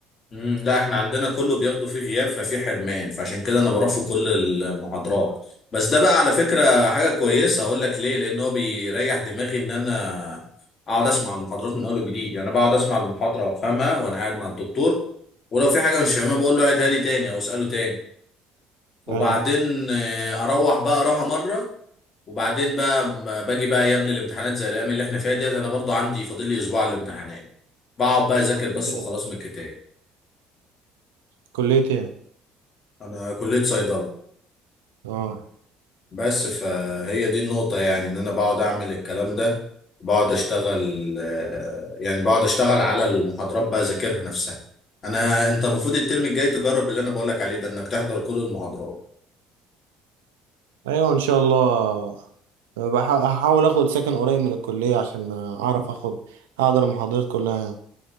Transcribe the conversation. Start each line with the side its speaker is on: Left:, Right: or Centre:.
Left: مم، لا احنا عندنا كله بياخده فيه غياب ففي حرمان فعشان كده انا بروح في كل المحاضرات بس ده بقى على فكرة حاجة كويسة هقول لك ليه لان هو بيريح دماغي ان انا اقعد اسمع المحاضرات من اول وجديد يعني انا بقعد اسمع المحاضرة وافهمها وانا قاعد مع الدكتور ولو في حاجة مش فاهمها بقول له عيدها لي تاني او اساله تاني وبعدين
Right: ايوه
Left: آه، اروح بقى اقراها مرة وبعدين بقى ما باجي بقى قبل الامتحانات زي الايام اللي احنا فيها ديت انا برضو عندي فاضل لي اسبوع على الامتحانات بقعد بقى اذاكر
Right: في كليتين
Left: بس وخلاص من الكتاب
Right: كليتين
Left: انا كلية صيدلة
Right: اه
Left: بس فهي دي النقطة يعني ان انا بقعد اعمل الكلام ده بقعد اشتغل آه، يعني بقعد اشتغل على المحاضرات بقى اذاكرها نفسها انا انت المفروض الترم الجاي تجرب اللي انا بقولك عليه ده انك تحضر كل المحاضرات
Right: ايوه ان شاء الله بح- هحاول اخد سكن قريب من الكليه عشان اعرف اخد احضر المحاضرات كلها يعني